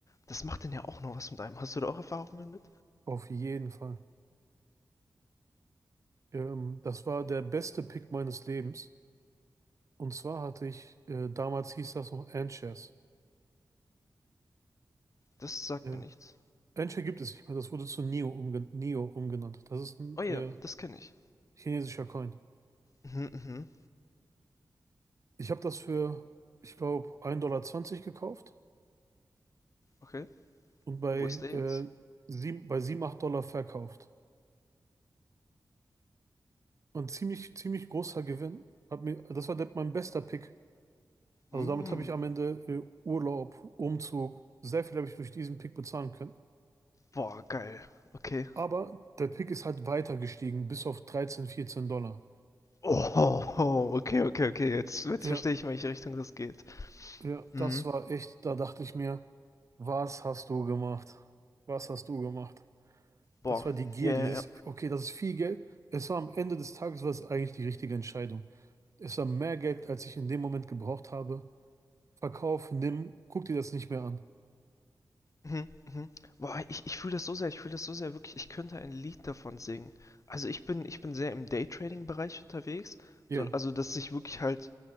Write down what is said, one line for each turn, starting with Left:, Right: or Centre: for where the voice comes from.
Left: Das macht denn ja auch noch was mit einem. Hast du da auch Erfahrungen mit?
Right: Auf jeden Fall. Ähm, das war der beste Pick meines Lebens. Und zwar hatte ich, äh, damals hieß das noch Ant-Shares.
Left: Das sagt
Right: Äh,
Left: mir nichts.
Right: Ant-Share gibt es nicht mehr, das wurde zu Neo, umgen Neo umgenannt. Das ist ein
Left: Oh
Right: äh,
Left: ja, das kenne ich.
Right: chinesischer Coin.
Left: Mhm, mhm.
Right: Ich habe das für, ich glaube, 1,20 Dollar zwanzig gekauft
Left: Okay.
Right: und bei,
Left: Wo ist der
Right: äh,
Left: jetzt?
Right: sieben, bei 7 8 Dollar verkauft. Und ziemlich, ziemlich großer Gewinn. Hat mir, das war der, mein bester Pick. Also
Left: Mm.
Right: damit habe ich am Ende äh, Urlaub, Umzug, sehr viel habe ich durch diesen Pick bezahlen können.
Left: Boah, geil. Okay.
Right: Aber der Pick ist halt weiter gestiegen, bis auf 13 14 Dollar.
Left: Oh, <laughs> oh, okay, okay, okay. Jetzt, jetzt
Right: Ja,
Left: verstehe ich, in welche Richtung das geht.
Right: ja,
Left: Mhm.
Right: das war echt, da dachte ich mir, was hast du gemacht? Was hast du gemacht?
Left: Boah.
Right: Das war die Gier,
Left: Ja, ja,
Right: dieses,
Left: ja.
Right: okay, das ist viel Geld. Es war am Ende des Tages, war es eigentlich die richtige Entscheidung. Es war mehr Geld, als ich in dem Moment gebraucht habe. Verkauf, nimm, guck dir das nicht mehr an.
Left: Mhm, mhm. Boah, ich, ich fühle das so sehr, ich fühle das so sehr, wirklich, ich könnte ein Lied davon singen. Also ich bin, ich bin sehr im Daytrading-Bereich unterwegs.
Right: Ja,
Left: So, also dass ich wirklich halt,